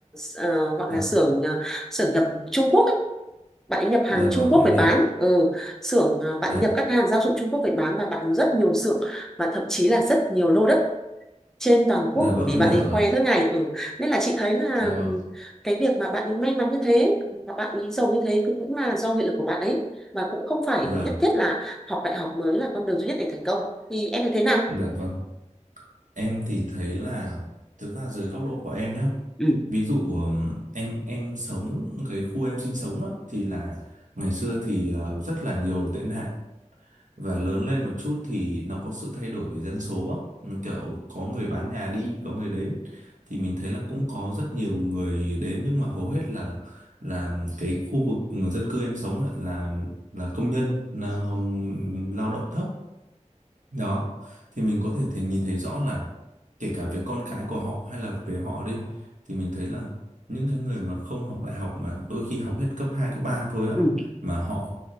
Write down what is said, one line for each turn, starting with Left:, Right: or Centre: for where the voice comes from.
Centre: ờ, gọi
Right: dạ
Centre: là xưởng ờ, xưởng nhập Trung Quốc ấy. bạn ấy nhập hàng
Right: dạ vâng
Centre: Trung Quốc
Right: em
Centre: về bán
Right: hiểu
Centre: ừ, xưởng ờ, bạn
Right: dạ
Centre: ấy nhập các hàng gia dụng Trung Quốc về bán và bạn có rất nhiều xưởng và thậm chí là rất nhiều lô đất trên toàn quốc
Right: dạ vâng
Centre: bởi vì
Right: em
Centre: bạn
Right: hiểu
Centre: ấy khoe
Right: rồi
Centre: suốt ngày ừ. nên là chị thấy là
Right: dạ vâng
Centre: cái việc mà bạn ấy may mắn như thế và bạn ấy giàu như thế thì cũng là do nghị lực của bạn ấy và cũng không phải
Right: dạ
Centre: nhất thiết là học đại học mới là con đường duy nhất để thành công thì em thấy thế nào
Right: dạ vâng em thì thấy là thực ra dưới góc độ của em nhé
Centre: ừ
Right: ví dụ ừm, em em sống cái khu em sinh sống á, thì là ngày xưa thì ờ, rất là nhiều tệ nạn và lớn lên một chút thì nó có sự thay đổi về dân số á. Ừ, kiểu có người bán nhà đi có người đến thì mình thấy là cũng có rất nhiều người đến nhưng mà hầu hết là là cái khu vực dân cư em sống ấy là là công nhân là, ừm, lao động thấp đó thì mình có thể thể nhìn thấy rõ là kể cả về con cái của họ hay là về họ đi thì mình thấy là những cái người mà không học đại học mà đôi khi học hết cấp 2 cấp 3 thôi ạ
Centre: ừ
Right: mà họ